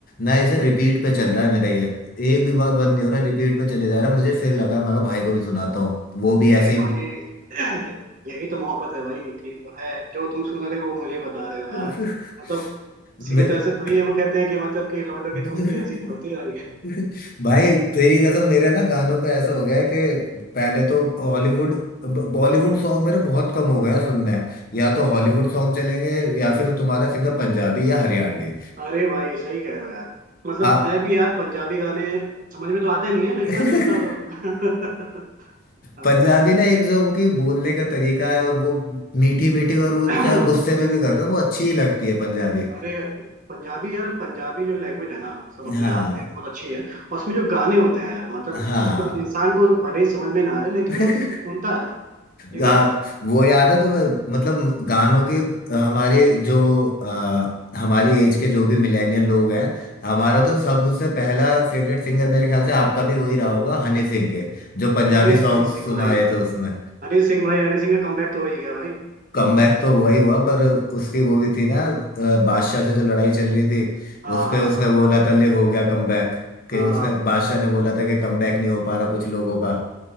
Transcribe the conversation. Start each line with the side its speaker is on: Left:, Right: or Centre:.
Left: मैं इसे रिपीट पे चल रहा है मेरा ये एक भी बार बंद नहीं हो रहा रिपीट पे चले जा रहा है मुझे फिर लगा मैं कहा भाई को भी सुनाता हूँ वो भी
Right: अरे
Left: ऐसे ही
Right: भाई <clears throat> ये- यही तो मोहब्बत है भाई कि जो है जो तुम सुन रहे हो वो मुझे बता रहे हो यार
Left: <laughs>
Right: मतलब
Left: मेरे
Right: इसीलिए तो ऐसे थोड़ी है, वो कहते हैं कि मतलब कि लौंडों की
Left: <laughs>
Right: दोस्ती ऐसी नहीं होती भाई <laughs>
Left: भाई तेरी कसम मेरे ना गानों पे ऐसा हो गया है कि पहले तो हॉलीवुड बॉलीवुड सॉन्ग मेरे बहुत कम हो गए हैं सुनने हैं या तो हॉलीवुड सॉन्ग चलेंगे या फिर तुम्हारा सीधा पंजाबी या हरियाणवी
Right: अरे भाई सही कह रहे हो यार मतलब
Left: आ-
Right: मैं भी यार पंजाबी गाने समझ में तो आते नहीं है लेकिन
Left: <laughs>
Right: मैं सुनता जरूर हूँ। <laughs> हाँ
Left: पंजाबी ना एक जो उनकी बोलने का तरीका है और वो मीठी मीठी और वो
Right: <clears throat>
Left: चाहे गुस्से में भी कर रहे हो वो अच्छी ही लगती है पंजाबी
Right: अरे पंजाबी यार पंजाबी जो लैंग्वेज है ना मतलब अपने
Left: हाँ
Right: आप में बहुत अच्छी है और उसमें जो गाने होते हैं यार मतलब
Left: हाँ
Right: मतलब इंसान को भले ही समझ में ना आए लेकिन
Left: <laughs>
Right: वो सुनता है ठीक
Left: गा,
Right: है
Left: वो याद है तुम्हें मतलब गानों के अ, हमारे जो अ, हमारी एज के जो भी मिलेनियल लोग हैं हमारा
Right: हाँ
Left: तो सबसे पहला फेवरेट सिंगर मेरे ख्याल से आपका भी वही रहा होगा हनी सिंह के जो पंजाबी
Right: अरे
Left: सॉन्ग
Right: हनी सिंह
Left: सुनाए
Right: भाई
Left: थे उसमें
Right: हनी सिंह भाई हनी सिंह का कमबैक तो हो ही गया भाई
Left: कमबैक तो हुआ ही हुआ पर उसकी वो भी थी ना अ, बादशाह से जो लड़ाई चल रही थी
Right: हाँ
Left: उस पे उसने
Right: हाँ
Left: बोला था ले हो गया कमबैक के
Right: हाँ
Left: उसने
Right: हाँ,
Left: बादशाह ने बोला था कि कमबैक नहीं हो पा रहा कुछ लोगों का